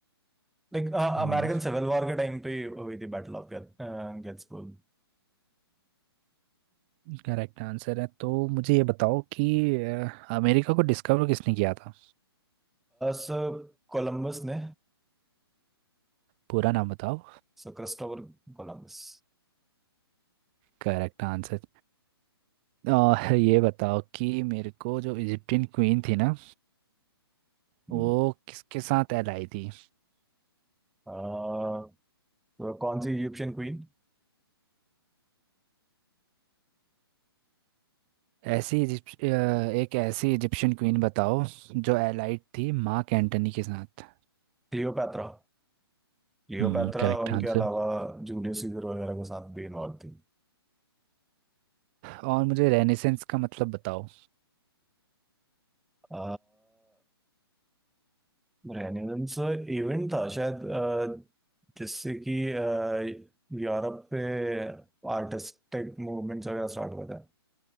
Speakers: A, in the centre; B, on the right.
A: लाइक अमेरिकन
B: हम्म
A: सिविल वॉर के टाइम पे हुई थी battle of Gettysburg
B: करेक्ट आंसर है तो मुझे ये बताओ कि अ, अमेरिका को डिस्कवर किसने किया था
A: Sir Columbus ने
B: पूरा नाम बताओ
A: Sir Christopher Columbus
B: Correct answer और ये बताओ कि मेरे को जो इजिप्टियन क्वीन थी ना
A: हम्म।
B: वो किसके साथ एलाई थी
A: आ, तो कौन सी इजिप्शियन क्वीन
B: ऐसी इजिप्ट अ, एक ऐसी इजिप्शियन क्वीन बताओ जो एलाइड थी मार्क एंटनी के साथ
A: क्लियोपैत्रा क्लियोपैत्रा
B: हम्म करेक्ट
A: उनके
B: आंसर।
A: अलावा जूलियस सीजर वगैरह के साथ भी इन्वॉल्व थी
B: और मुझे रेनेसेंस का मतलब बताओ
A: आ, रेनेसांस इवेंट था शायद आ, जिससे कि आ, यूरोप पे आर्टिस्टिक मूवमेंट्स वगैरह स्टार्ट हुआ था